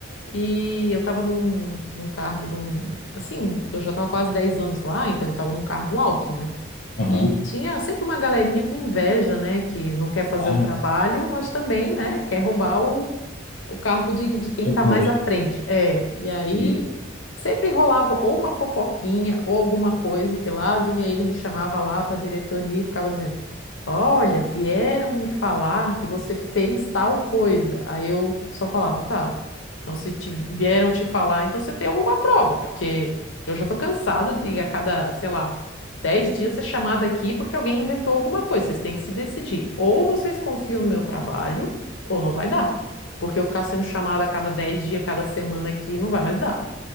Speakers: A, on the left (about 70°); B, on the left (about 40°).
A: e eu estava num, num cargo, num, assim, eu já estava quase 10 anos lá, então eu estava num cargo alto, né?
B: Aham.
A: E tinha sempre uma galerinha com inveja, né? Que não quer fazer
B: Ah,
A: o trabalho, mas também, né? Quer roubar o, o cargo de, de quem
B: seu
A: está
B: posto.
A: mais à frente. É, e aí
B: E,
A: sempre rolava ou uma fofoquinha ou alguma coisa que lá vinha ele, me chamava lá para a diretoria e ficava dizendo. Olha, vieram me falar que você fez tal coisa. Aí eu só falava, tá. Então, se te- vieram te falar, então você tem alguma prova, porque eu já tô cansada de a cada, sei lá, 10 dias ser chamada aqui porque alguém inventou alguma coisa. Vocês têm que se decidir. Ou vocês confiam no meu trabalho, ou não vai dar. Porque eu ficar sendo chamada a cada 10 dias, cada semana aqui, não vai mais dar.